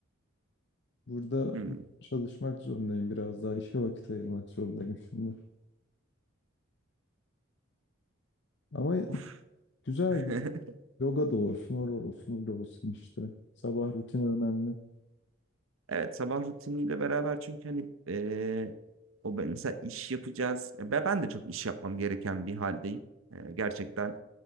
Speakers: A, on the left; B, on the right.
A: Burada
B: Hı.
A: çalışmak zorundayım biraz daha. işe vakit ayırmak zorundayım şimdi. Ama
B: Of.
A: güzel,
B: <laughs>
A: güzel. Yoga da olsun, o da olsun, o da olsun işte. Sabah rutini önemli.
B: Evet sabah rutiniyle beraber çünkü hani e, o ben- mesela iş yapacağız. Ya Ben, ben de çok iş yapmam gereken bir haldeyim. E, gerçekten.